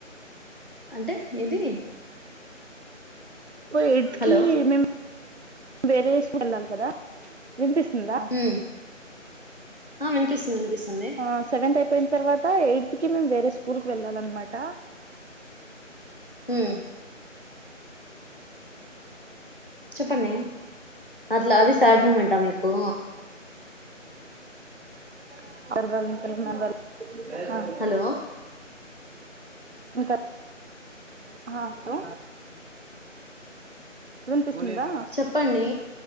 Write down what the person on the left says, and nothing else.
అంటే ఇది
హలో
ఉమ్ ఆ వినిపిస్తుంది వినిపిస్తుంది
హ్ మ్ చెప్పండి అట్ల అది సాడ్ మూమెంటా మీకు
హలో
చెప్పండి